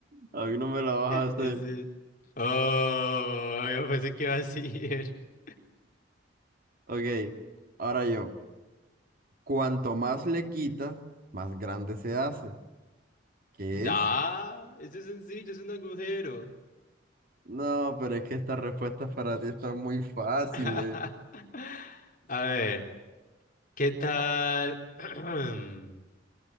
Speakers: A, on the right (about 50°); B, on the left (about 45°).
A: A mí no me la vas a
B: Es
A: hacer.
B: de- Oh, yo pensé que iba a decir. <laughs>
A: Ok, ahora yo. Cuanto más le quitas, más grande se hace. ¿Qué
B: Da,
A: es?
B: eso es sencillo, es un agujero.
A: No, pero es que estas respuestas para ti están muy fáciles.
B: <laughs> A ver, ¿qué tal? <clears throat>